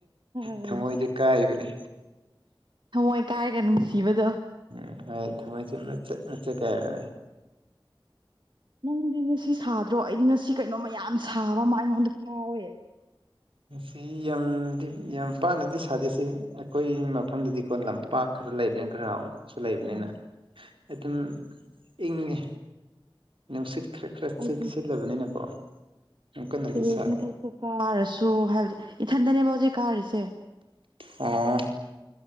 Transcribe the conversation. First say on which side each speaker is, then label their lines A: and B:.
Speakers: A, on the right (about 60°); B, on the right (about 90°).
A: ꯍꯣꯏ
B: ꯊꯃꯣꯏꯗꯤ ꯀꯥꯏꯕꯅꯤ
A: ꯊꯃꯣꯏ ꯀꯥꯏꯔꯒ ꯅꯨꯡꯁꯤꯕꯗꯣ
B: ꯎꯝ ꯍꯣꯏ ꯊꯥꯃꯣꯏꯖꯦ ꯃꯆꯦꯠ ꯃꯆꯦꯠ ꯀꯥꯏꯔꯦ
A: ꯅꯪꯗꯤ ꯉꯁꯤ ꯁꯥꯗ꯭ꯔꯣ ꯑꯩꯗꯤ ꯉꯁꯤ ꯀꯩꯅꯣꯝꯃ ꯌꯥꯝ ꯁꯥꯕ ꯑꯃ ꯑꯩꯉꯣꯟꯗ ꯐꯥꯎꯋꯦ
B: ꯃꯁꯤ ꯌꯥꯝꯗꯤ ꯌꯥꯝ ꯄꯥꯛꯅꯗꯤ ꯁꯥꯗꯦ ꯁꯤ ꯑꯩꯈꯣꯏ ꯃꯐꯝꯗꯗꯤꯀꯣ ꯂꯝꯄꯥꯛ ꯈꯔ ꯂꯩꯕꯅꯤꯅ ꯈꯔ ꯈꯔꯁꯨ ꯂꯩꯕꯅꯤꯅ
A: ꯑꯣ
B: ꯑꯗꯨꯝ ꯏꯪꯉꯦ ꯅꯨꯡꯁꯤꯠ ꯈꯔ ꯈꯔ ꯁꯤꯠꯂꯕꯅꯤꯅꯀꯣ
A: ꯑꯩꯗꯤ
B: ꯌꯥꯝ ꯀꯟꯅꯗꯤ
A: ꯇꯦꯔꯦꯁ
B: ꯁꯥꯗꯦ
A: ꯃꯊꯛꯇ ꯀꯥꯔꯁꯨ ꯍꯥꯏꯕꯗꯤ ꯏꯊꯟꯗꯅꯦꯕ ꯍꯧꯖꯤꯛ ꯀꯥꯔꯤꯁꯦ
B: ꯑꯣ